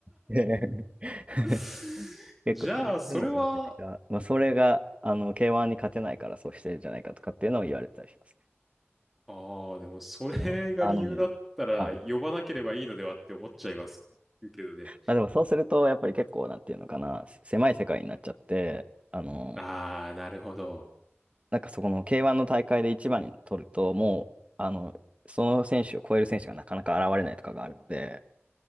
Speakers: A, on the right (about 30°); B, in the centre.
A: て <laughs>
B: <laughs>
A: 結構、
B: じゃあ、
A: でもめちゃくちゃ、
B: それは、
A: まあ、それが、あの、K1 に勝てないからそうしてるんじゃないかとかっていうのを言われてたりします。
B: ああ、でもそれが理由だったら呼ばなければいいのではって思っちゃいます
A: でも、あのね、はい
B: けどね。
A: まあ、でもそうすると、やっぱり結構、なんていうのかな、せ狭い世界になっちゃって、あの、
B: ああ、なるほど。
A: なんかそこの K1 の大会で一番に取ると、もう、あの、その選手を超える選手がなかなか現れないとかがあるので、